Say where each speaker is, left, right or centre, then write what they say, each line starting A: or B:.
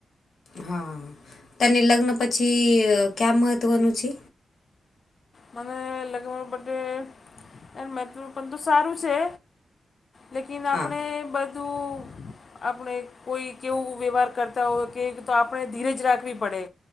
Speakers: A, on the left; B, on the left.
A: હા તને લગ્ન પછી ક્યાં મહત્વનું છે.
B: મને લગ્ન બ ડે એ મત્ પણ તો સારું છે. લેકિન
A: હા
B: આપણે બધું. આપણે કોઈ કેવું વ્યવહાર કરતા હોય કેવી આપણે ધીરે જ રાખવી પડે.